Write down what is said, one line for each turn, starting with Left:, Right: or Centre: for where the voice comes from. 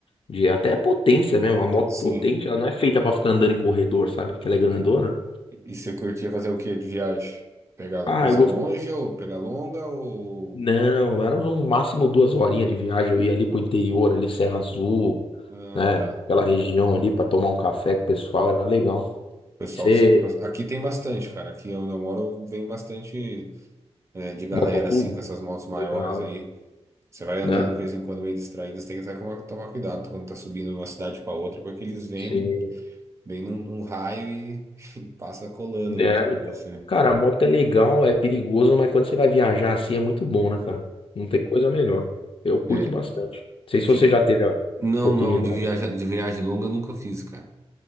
Left: de até potência mesmo. A moto
Right: sim.
Left: potente, ela não é feita pra ficar andando em corredor, sabe? Que ela é grandona.
Right: E você curtia fazer o que de viagem? Pegar
Left: Ah,
Right: coisa
Left: eu gosto.
Right: longe ou pegar longa ou.
Left: Não, era no máximo duas horinhas de viagem. Eu ia ali pro interior, ali Serra Azul,
Right: Ah,
Left: né?
Right: tá.
Left: Aquela região ali pra tomar um café com o pessoal, era legal.
Right: Pessoal,
Left: Você,
Right: aqui tem bastante, cara. Aqui onde eu moro vem bastante é, de galera
Left: motoclube?
Right: assim com essas motos maiores
Left: Legal,
Right: aí. Você vai andando
Left: né?
Right: de vez em quando meio distraído, você tem que até tomar, tomar cuidado quando tá subindo de uma cidade para outra, porque eles vêm
Left: Sim.
Right: bem num, num raio e <laughs> passa colando
Left: Né,
Right: né, em
Left: então.
Right: você.
Left: Cara, a moto é legal, é perigoso, mas quando você vai viajar assim é muito bom, né, cara? Não tem coisa melhor. Eu curto
Right: É,
Left: bastante. Não sei
Right: é
Left: se
Right: que
Left: você já teve a
Right: não,
Left: oportunidade.
Right: não, de viagem, de viagem longa eu nunca fiz, cara.